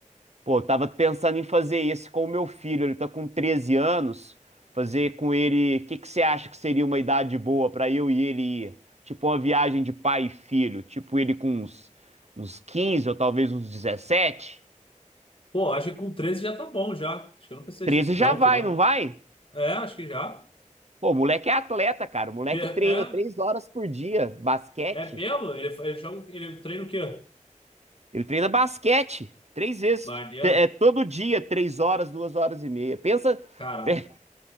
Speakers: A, on the right; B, on the left.
A: Pô, eu tava pensando em fazer esse com o meu filho, ele tá com 13 anos, fazer com ele, o que que você acha que seria uma idade boa pra eu e ele ir? Tipo uma viagem de pai e filho, tipo ele com uns, uns 15 ou talvez uns 17?
B: Pô, acho que com 13 já tá bom já. Acho que eu não precisa
A: 13
B: de
A: já
B: tanto,
A: vai,
B: não.
A: não vai?
B: É, acho que já.
A: Pô, o moleque é atleta, cara, o moleque
B: Pe- É,
A: treina 3 horas por dia, basquete.
B: é mesmo? Ele, ele joga, ele treina o quê?
A: Ele treina basquete três vezes.
B: Maneiro.
A: T- É todo dia, três horas, duas horas e meia. Pensa.
B: Caraca.
A: <laughs>